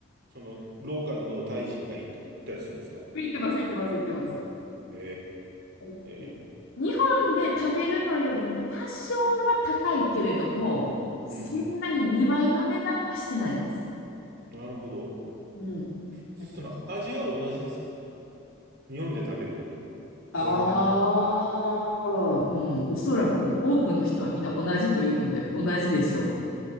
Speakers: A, on the right (about 50°); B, on the left (about 75°).
A: その、ローカルのタイ人が行く行ったりするんですか
B: 行ってます、行ってます、行ってます。
A: へ
B: 大人気です。
A: え。
B: 日本で食べるのより多少は高いけれども、そんなに2倍の値段はしてないです。
A: うん。なるほど。
B: うん。
A: そその、
B: だから
A: 味は同じですか日本で食べるのと変わらない
B: ああ、うん、おそらく多くの人はみんな同じというので同じでしょ